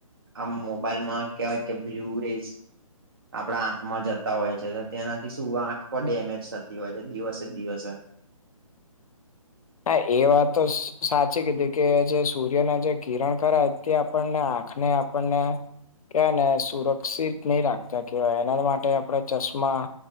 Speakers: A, on the right (about 40°); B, on the left (about 75°).
A: આમ મોબાઈલમાં કેવાય કે, બ્લુ રસ. આપણા આંખમાં જતા હોય છે, તેનાથી શું આંખ પણ ડેમેજ થતી હોય છે, દિવસે દિવસે.
B: હા, એ વાત તો સાચી કીધી કે જે સૂર્યના જે કિરણ, તે આપણને આંખને આપણને. કેવાય ને, સુરક્ષિત નહી રાખતા, કેવાય એના માટે આપણે ચશ્મા.